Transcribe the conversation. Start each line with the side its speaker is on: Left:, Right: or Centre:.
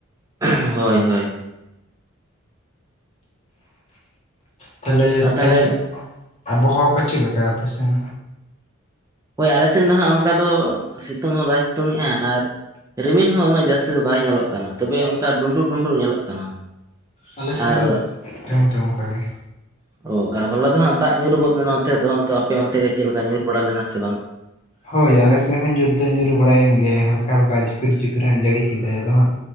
Right: <unintelligible> ᱦᱳᱭ ᱦᱳᱭ᱾
Left: ᱛᱟᱦᱞᱮ
Right: ᱟᱨ ᱛᱟᱦᱚᱞᱮ
Left: ᱛᱮᱦᱮᱧ ᱟᱵᱚᱦᱟᱣᱟ ᱠᱚ ᱪᱮᱫ ᱞᱮᱠᱟ ᱟᱯᱮ ᱥᱮᱱ?
Right: ᱦᱳᱭ ᱟᱞᱮ ᱥᱮᱱ ᱫᱚ ᱦᱟᱸᱜ ᱚᱱᱠᱟ ᱫᱚ ᱥᱤᱛᱩᱝ ᱦᱚᱸ ᱵᱟᱭ ᱥᱤᱛᱩᱝᱮᱼᱟ ᱟᱨᱼᱼ ᱨᱤᱢᱤᱞ ᱦᱚᱸ ᱩᱱᱟᱹᱜ ᱡᱟᱹᱥᱛᱤ ᱫᱚ ᱵᱟᱭ ᱧᱮᱞᱚᱜ ᱠᱟᱱᱟ ᱛᱚᱵᱮ ᱚᱱᱠᱟ ᱰᱩᱱᱰᱩᱜ ᱰᱩᱩᱱᱰᱩ ᱧᱮᱞᱚᱜ ᱠᱟᱱᱟ᱾
Left: ᱟᱞᱮ ᱥᱮᱫ
Right: ᱟᱨ
Left: ᱦᱚᱸ ᱛᱮᱦᱮᱧ ᱫᱚ ᱚᱱᱠᱟ ᱜᱮ᱾
Right: ᱚ ᱟᱨ ᱦᱚᱞᱟ ᱫᱚ ᱦᱟᱸᱜ ᱫᱟᱜ ᱧᱩᱨ ᱜᱚᱫ ᱞᱮᱱᱟ ᱱᱚᱛᱮ ᱫᱚ ᱟᱫᱚ ᱟᱯᱮ ᱚᱱᱛᱮ ᱜᱮ ᱪᱮᱫ ᱞᱮᱠᱟ ᱧᱩᱨ ᱵᱟᱲᱟ ᱞᱮᱱᱟ ᱥᱮ ᱵᱟᱝ?
Left: ᱦᱳᱭ ᱟᱞᱮ ᱥᱮᱫ ᱦᱚᱸ ᱧᱩᱨ ᱫᱚ ᱧᱩᱨᱩ ᱵᱟᱲᱟᱭᱮᱱ ᱜᱮᱭᱟ ᱦᱟᱞᱠᱟ ᱦᱟᱞᱠᱟ ᱡᱷᱤᱯᱤᱨ ᱡᱷᱤᱯᱤᱨᱮ ᱡᱟᱹᱲᱤ ᱠᱮᱫᱟᱭ ᱟᱫᱚ ᱦᱟᱸᱜᱼᱼ